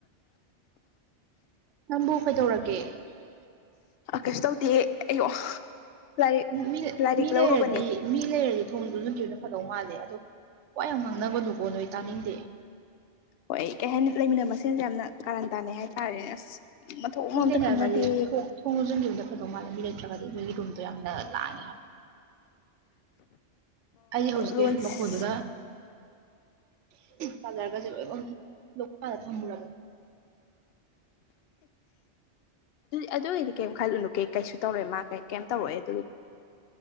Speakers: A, on the right (about 85°); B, on the left (about 65°).
A: ꯅꯪꯕꯨ ꯀꯩꯗꯧꯔꯒꯦ
B: ꯀꯩꯁꯨ ꯇꯧꯗꯦ ꯑꯌꯣ ꯑꯩ ꯂꯥꯏꯔꯤꯛ
A: ꯃꯤ
B: ꯂꯥꯏꯔꯤꯛ
A: ꯃꯤ ꯂꯩꯔꯗꯤ
B: ꯂꯧꯔꯨꯕꯅꯦ
A: ꯃꯤ ꯂꯩꯔꯗꯤ ꯊꯣꯡꯗꯨ ꯂꯣꯟꯖꯟꯒꯤꯕꯅ ꯐꯗꯧ ꯃꯥꯜꯂꯦ ꯑꯗꯣ ꯋꯥ꯭ ꯌꯥꯝ ꯉꯥꯡꯅꯕꯅꯨꯀꯣ ꯅꯣꯏ ꯇꯥꯅꯤꯡꯗꯦ
B: ꯍꯣꯏ ꯀꯩ ꯍꯥꯏꯅꯤ ꯂꯩꯃꯤꯟꯅꯕ ꯃꯁꯤꯡꯁꯦ ꯌꯥꯝꯅ ꯀꯥꯔꯥꯟ ꯇꯥꯅꯩ ꯍꯥꯏꯇꯥꯔꯦꯅꯦ ꯑꯁ ꯃꯊꯧ ꯃꯔꯝ
A: ꯃꯤ
B: ꯑꯝꯇ
A: ꯂꯩꯅꯔꯒꯗꯤ
B: ꯈꯪꯅꯗꯦ
A: ꯊꯣꯡ ꯊꯣꯡ ꯂꯣꯟꯖꯟꯒꯤꯕꯅ ꯐꯗꯧ ꯃꯥꯜꯂꯤ ꯃꯤ ꯂꯩꯇ꯭ꯔꯒꯗꯤ ꯅꯣꯏꯒꯤ ꯔꯨꯝꯗꯣ ꯌꯥꯝꯅ ꯂꯥꯡꯉꯦ ꯍꯥꯏꯕ ꯑꯩꯁꯦ ꯍꯧꯖꯤꯛꯀꯤ
B: ꯂꯣꯟ ꯑꯗꯨ
A: ꯃꯈꯣꯟꯗꯨꯗ ꯆꯖꯔꯒ ꯂ ꯊꯝꯃꯔꯒ
B: ꯑꯗꯨ ꯑꯗꯨꯒꯤꯗꯤ ꯀꯩꯝ ꯈꯜꯂꯨꯅꯨ ꯀꯩ ꯀꯩꯁꯨ ꯇꯧꯔꯦ ꯃꯥ ꯀꯩ ꯀꯩꯝ ꯇꯧꯔꯛꯑꯣꯏ ꯑꯗꯨ